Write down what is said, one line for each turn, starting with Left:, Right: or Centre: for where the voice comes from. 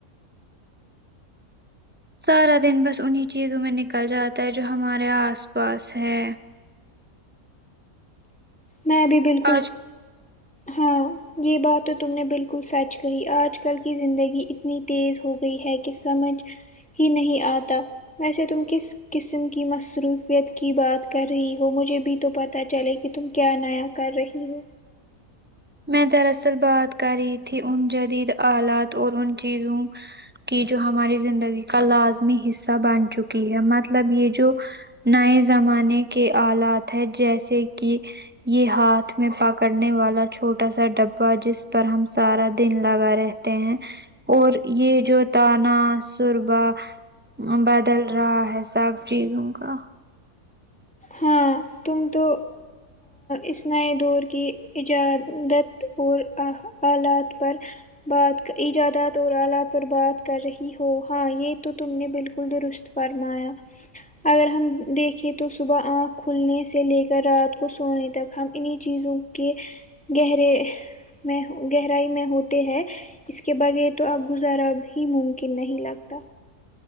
Right: سارا دن بس انہیں چیزوں میں نکل جاتا ہے جو ہمارے آس پاس ہے
Centre: میں بھی بالکل
Right: آج
Centre: ہاں یہ بات تو تم نے بالکل سچ کہی آج کل کی زندگی اتنی تیز ہو گئی ہے کہ سمجھ ہی نہیں آتا ویسے تم کس قسم کی مصروفیت کی بات کر رہی ہو مجھے بھی تو پتا چلے کہ تم کیا نیا کر رہی ہو
Right: میں دراصل بات کر رہی تھی ان جدید آلات اور ان چیزوں کہ جو ہماری زندگی کا لازمی حصہ بن چکی ہے مطلب یہ جو نئے زمانے کے آلات ہے جیسے کہ یہ ہاتھ میں پکڑنے والا چھوٹا سا ڈبا جس پر ہم سارا دن لگا رہتے ہیں اور یہ جو تانہ سربا بدل رہا ہے سب چیزوں کا
Centre: ہاں تم تو اس نئے دور کی ایجادت اور آلات پر بات ایجادات اور آلات پر بات کر رہی ہو ہاں یہ تو تم نے بالکل درست فرمایا اگر ہم دیکھیں تو صبح آنکھ کھلنے سے لے کر رات کو سو سونے تک ہم انہی چیزوں کے گہرے میں گہرائی میں ہوتے ہیں اس کے بغیر تو اب گزارا بھی ممکن نہیں لگتا